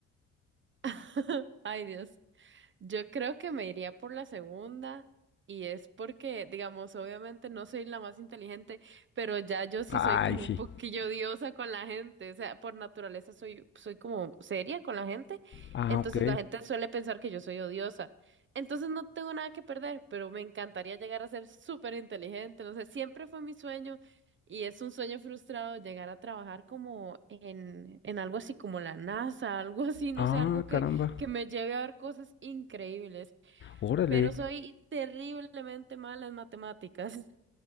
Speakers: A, on the right; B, on the left.
A: <laughs> Ay, Dios. Yo creo que me iría por la segunda y es porque, digamos, obviamente no soy la más inteligente, pero ya yo sí
B: Ay,
A: soy como
B: sí.
A: un poquillo diosa con la gente, o sea, por naturaleza soy, soy como seria con la gente,
B: Ah,
A: entonces
B: ok.
A: la gente suele pensar que yo soy odiosa, entonces no tengo nada que perder, pero me encantaría llegar a ser súper inteligente, no sé, siempre fue mi sueño y es un sueño frustrado llegar a trabajar como en, en algo así como la NASA, algo así, no
B: Ah,
A: sé, algo que
B: caramba.
A: que me lleve a ver cosas increíbles,
B: Órale.
A: pero soy terriblemente mala en matemáticas.